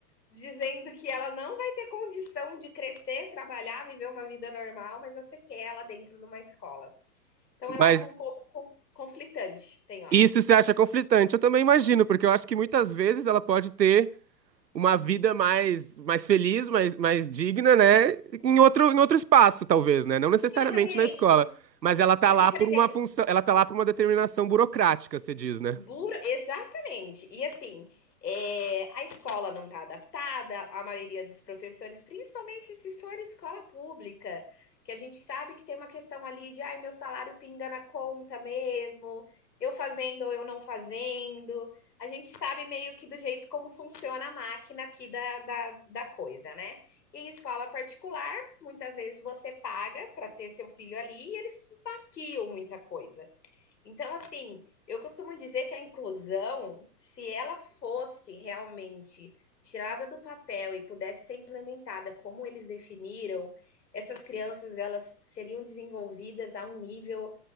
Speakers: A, on the left; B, on the right.
A: dizendo que ela não vai ter condição de crescer, trabalhar, viver uma vida normal, mas você quer ela dentro de uma escola. Então
B: Mas
A: eu acho um pouco conflitante, tem hora.
B: isso você acha conflitante, eu também imagino, porque eu acho que muitas vezes ela pode ter uma vida mais, mais feliz, mais, mais digna, né? Em outro, em outro espaço, talvez, né? Não necessariamente
A: Em outro ambiente.
B: na escola. Mas ela tá
A: Porque,
B: lá por
A: por exemplo,
B: uma função, ela tá lá por uma determinação burocrática, você diz, né?
A: Buro... Exatamente. E assim, é, a escola não está adaptada, a maioria dos professores, principalmente se for escola pública, que a gente sabe que tem uma questão ali de ai, meu salário pinga na conta mesmo, eu fazendo ou eu não fazendo. A gente sabe meio que do jeito como funciona a máquina aqui da, da, da coisa, né? E em escola particular, muitas vezes você paga para ter seu filho ali e eles maquiam muita coisa. Então, assim, eu costumo dizer que a inclusão, se ela fosse realmente tirada do papel e pudesse ser implementada como eles definiram, essas crianças elas seriam desenvolvidas a um nível